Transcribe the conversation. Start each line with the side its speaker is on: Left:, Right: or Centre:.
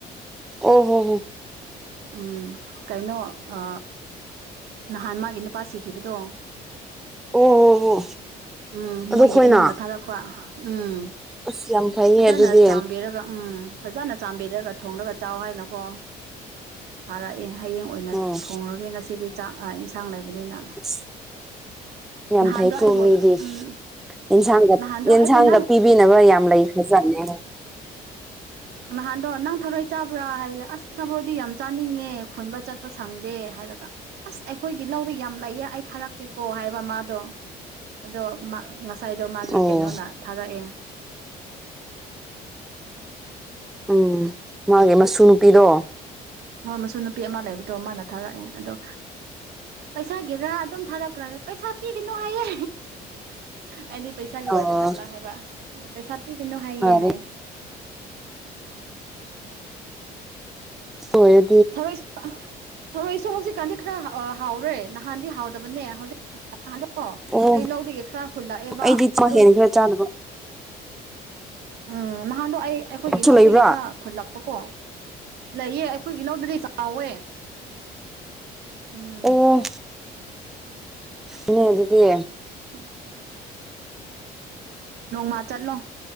Centre: ꯑꯣ ꯍꯣ ꯍꯣ
Right: ꯎꯝ ꯀꯩꯅꯣ ꯑ ꯅꯍꯥꯟ ꯃꯥꯒꯤ ꯅꯨꯄꯥ ꯁꯤꯈꯤꯕꯗꯣ
Centre: ꯑꯣ ꯍꯣ ꯍꯣ
Right: ꯎꯝ
Centre: ꯑꯗꯨ
Right: ꯃꯣꯏꯒꯤ
Centre: ꯑꯩꯈꯣꯏꯅ
Right: ꯏꯃꯨꯡꯅ ꯊꯥꯔꯛꯄ ꯎꯝ
Centre: ꯑꯁ ꯌꯥꯝ ꯐꯩꯌꯦ
Right: ꯐꯖꯅ
Centre: ꯑꯗꯨꯗꯤ
Right: ꯆꯥꯝꯕꯤꯔꯒ ꯎꯝ ꯐꯖꯅ ꯆꯥꯝꯕꯤꯔꯒ ꯊꯣꯡꯂꯒ ꯆꯥꯎ ꯍꯥꯏꯅꯀꯣ ꯊꯔꯛꯑꯦ ꯍꯌꯦꯡ ꯑꯣꯏꯅ
Centre: ꯎꯝ
Right: ꯊꯣꯡꯡꯂꯒꯦ ꯉꯁꯤꯗꯤ ꯆꯥꯛ ꯌꯦꯟꯁꯥꯡ ꯂꯩꯕꯅꯤꯅ
Centre: ꯑꯨꯁ ꯌꯥꯝꯐꯩꯏ
Right: ꯅꯍꯥꯟꯗꯣ ꯑꯩꯕꯨ
Centre: ꯀ‌ꯣ ꯃꯗꯤ
Right: ꯎꯝ
Centre: ꯑꯦꯟꯁꯥꯡꯒ
Right: ꯅꯍꯥꯟꯗꯣ
Centre: ꯌꯦꯟꯁꯥꯡꯒ
Right: ꯑꯩꯕꯨ ꯅꯪ
Centre: ꯄꯤꯕꯤꯅꯕ ꯌꯥꯝ ꯂꯩ ꯈꯔꯖꯠꯅꯤ
Right: ꯅꯍꯥꯟꯗꯣ ꯅꯪ ꯊꯔꯣꯏ ꯆꯥꯕ꯭ꯔꯥ ꯍꯥꯏꯌꯦ ꯑꯁ ꯅꯕꯣꯏꯗꯤ ꯌꯥꯝ ꯆꯥꯅꯤꯡꯉꯦ ꯈꯣꯏꯕ ꯆꯠꯄ ꯁꯪꯗꯦ ꯍꯥꯏꯔꯒ ꯑꯁ ꯑꯩꯈꯣꯏꯒꯤ ꯂꯧꯗꯣ ꯌꯥꯝ ꯂꯩꯌꯦ ꯑꯩ ꯊꯥꯔꯛꯀꯦꯀꯣ ꯍꯥꯏꯕ ꯃꯥꯗꯣ ꯑꯗꯣ ꯉꯁꯥꯏꯗꯣ ꯃꯥꯒꯤ
Centre: ꯑꯣ
Right: ꯀꯩꯅꯣꯅ ꯊꯥꯔꯛꯑꯦ
Centre: ꯎꯝ ꯃꯥꯒꯤ ꯃꯁꯨ ꯅꯨꯄꯤꯗꯣ
Right: ꯍꯣꯏ ꯃꯁꯨ ꯅꯨꯄꯤ ꯑꯃ ꯂꯩꯕꯗꯣ ꯃꯥꯅ ꯊꯥꯔꯛꯑꯦ ꯑꯗꯣ ꯄꯩꯁꯥꯒꯤꯔꯥ ꯑꯗꯨꯝ ꯊꯥꯔꯛꯄ꯭ꯔꯥꯒ ꯄꯩꯁꯥ ꯄꯤꯒꯅꯨ ꯍꯥꯏꯌꯦ ꯑꯩꯗꯤ ꯄꯩꯁꯥꯒꯤ
Centre: ꯑꯣ
Right: ꯑꯣꯏꯕ ꯖꯥꯠꯂꯥ ꯍꯥꯏꯕ ꯄꯩꯁ ꯄꯤꯒꯅꯣ ꯍꯥꯏꯌꯦꯑꯦ
Centre: ꯐꯔꯦ
Right: ꯍꯥꯏꯌꯦ
Centre: ꯍꯣꯏ
Right: ꯊꯔꯣꯏ ꯊꯔꯣꯏꯁꯨ ꯍꯧꯖꯤꯛꯀꯥꯟꯗꯤ ꯈꯔ ꯍꯥꯎꯔꯦ ꯅꯍꯥꯟꯗꯤ ꯍꯥꯎꯗꯕꯅꯦ ꯍꯧꯖꯤꯛ ꯑꯗꯣ
Centre: ꯑꯣ
Right: ꯑꯩ ꯂꯧꯒꯦ ꯈꯔ ꯍꯨꯜꯂꯛꯑꯦꯕ
Centre: ꯑꯩꯗꯤ ꯃꯥ
Right: ꯑꯗꯣ
Centre: ꯍꯦꯟꯈ꯭ꯔꯦ ꯆꯥꯅꯕ
Right: ꯎꯝ ꯅꯍꯥꯟꯗꯣ ꯑꯩ ꯑꯩꯈꯣꯏꯒꯤ
Centre: ꯁꯨ
Right: ꯂꯧꯗꯒꯤ
Centre: ꯂꯩꯕ꯭ꯔꯥ
Right: ꯈꯔ ꯈꯨꯜꯂꯛꯄꯀꯣ ꯂꯩꯌꯦ ꯑꯩꯈꯣꯏꯒꯤ ꯂꯧꯗꯗꯤ ꯆꯥꯎꯋꯦ ꯎꯝ
Centre: ꯑꯣ ꯏ ꯑꯗꯨꯗꯤ
Right: ꯎꯝ ꯅꯣꯡꯃ ꯆꯠꯂꯣ